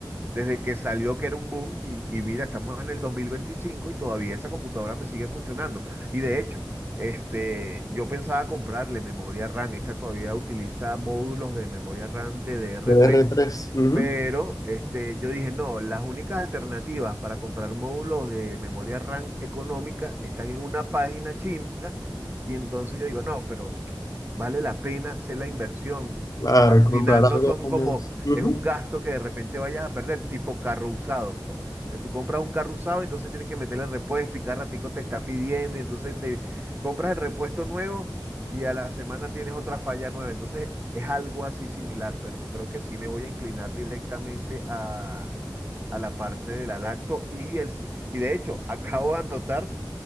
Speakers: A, on the right; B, on the left.
A: desde que salió que era un boom y, y mira, estamos en el 2025 y todavía esa computadora me sigue funcionando. Y de hecho, este, yo pensaba comprarle memoria RAM, esta todavía utiliza módulos de memoria RAM DDR3
B: dr tres, ujú.
A: Pero este, yo dije, no, las únicas alternativas para comprar módulos de memoria RAM económica están en una página china. Y entonces yo digo, no, pero vale la pena hacer la inversión.
B: Claro,
A: Al
B: y comprar
A: final
B: algo
A: no son como,
B: más, ujú.
A: es un gasto que de repente vayas a perder, tipo carro usado. Que tú compras un carro usado, entonces tienes que meterle repuesto y cada ratico te está pidiendo y entonces te compras el repuesto nuevo y a la semana tienes otra falla nueva. Entonces es algo así similar, pero creo que sí me voy a inclinar directamente a, a la parte de la lacto y el, s- y de hecho <laughs> acabo de anotar